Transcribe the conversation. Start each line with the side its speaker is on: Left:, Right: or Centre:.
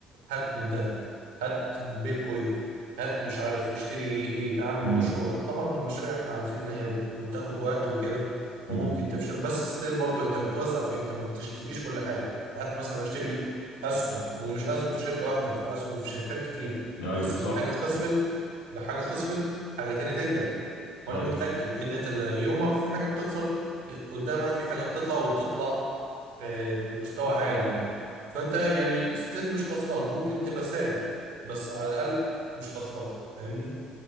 Right: هات من ده هات بيتكوين هات مش عارف اشتري ايه اعمل
Left: امم
Right: مشروع طبعا المشاريع احنا عارفين ان هي بتاخد وقت وكده وممكن
Left: امم
Right: تفشل بس ستيل برضو انت بتوزع في إيه؟ انت ما بتشتريش كل حاجه هات مثلا اشتري اسهم ومش اسهم في شركه واحده في اسهم في شركات كتيره
Left: ايوه
Right: بحس
Left: صح
Right: ان حاجه خسرت لحاجه خسرت حاجه تاني تنجح وانا
Left: ايوه
Right: متاكد ان انت يوم ما في حاجه بتخسر قدامها في حاجه بتطلع وبتطلع آه، بمستوى عالي يعني فانت يعني ستيل مش خسران ممكن تبقى ثابت بس على الاقل مش خسران فاهمني